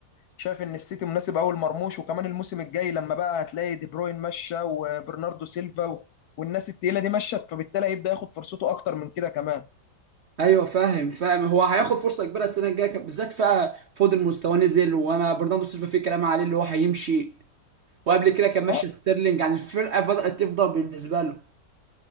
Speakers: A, on the left (about 65°); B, on the right (about 75°).
A: شايف ان السيتي مناسب قوي لمرموش وكمان الموسم الجاي لما بقى هتلاقي دي بروين مشى وبرناردو سيلفا و... والناس التقيله دي مشت فبالتالي هيبدا ياخد فرصته اكتر من كده كمان
B: ايوه فاهم فاهم هو هياخد فرصه كبيره السنه الجايه كان- بالذات فا فودن مستواه نزل وانا برناردو سيلفا في كلام عليه اللي هو هيمشي وقبل كده كان ماشي
A: اه
B: ستيرلينج يعني الفرقه بدات تفضى بالنسبه له